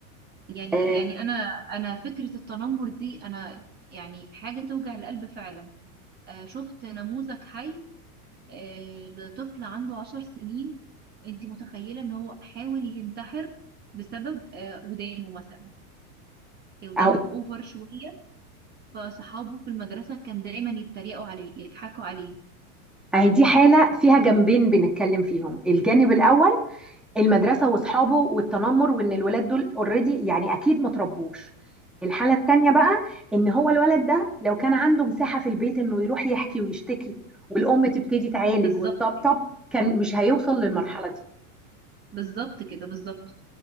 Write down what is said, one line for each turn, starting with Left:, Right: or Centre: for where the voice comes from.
Right: يعني
Centre: آه،
Right: يعني انا انا فكره التنمر دي انا يعني حاجه توجع القلب فعلا آه شفت نموذج حي آه لطفل عنده عشر سنين انت متخيله ان هو حاول ينتحر بسبب آه ودانه مثلا ودانه
Centre: أهو
Right: اوفر شويه فصحابه في المدرسه كان دايما يتريقوا عليه يضحكوا عليه
Centre: أهي دي حالة فيها جنبين بنتكلم فيهم الجانب الأول المدرسه واصحابه والتنمر وان الولاد دول اوريدي يعني اكيد ما تربوش الحاله التانيه بقى ان هو الولد ده لو كان عنده مساحه في البيت انه يروح يحكي ويشتكي والام تبتدي تعالج
Right: بالظبط
Centre: وتطبطب
Right: كده
Centre: كان مش هيوصل للمرحله
Right: بالظبط
Centre: دي
Right: بالظبط كده بالظبط